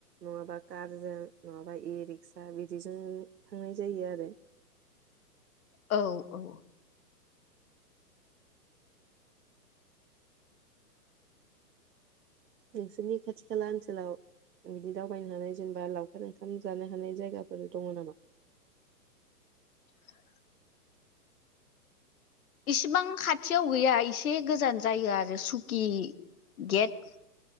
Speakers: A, on the right (about 85°); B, on the left (about 60°).
A: नङाबा कारजों नङाबा इ रिक्सा बिदिजों थांनाय जायो। आरो।
B: <inaudible> औ औ।
A: नोंसोरनि खाथि खाला ओनसोलाव। बिदि दावबायनो हानाय जेनेबा लावखार ओंखाम जानो हानाय जायगाफोर दङ नामा
B: <inaudible> इसिबां खाथियाव गैया एसे गोजान जायो आरो सुकि गेद।